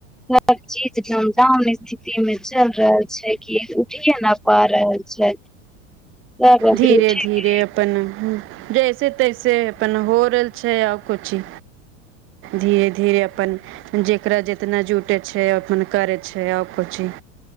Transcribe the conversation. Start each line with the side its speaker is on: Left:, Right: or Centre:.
Centre: सभ चीज एकदम डाउन स्थितिमे चलि रहल छै की उठिए नहि पा रहल छै सब अभी
Right: धीरे
Centre: उठे
Right: धीरे
Centre: के
Right: अपन जैस कैसे तैसे अपन हो रहल छै आ कोची धीरे धीरे अपन जेकरा जे ओतना जुटै छै अपन करै छै आओर को चीज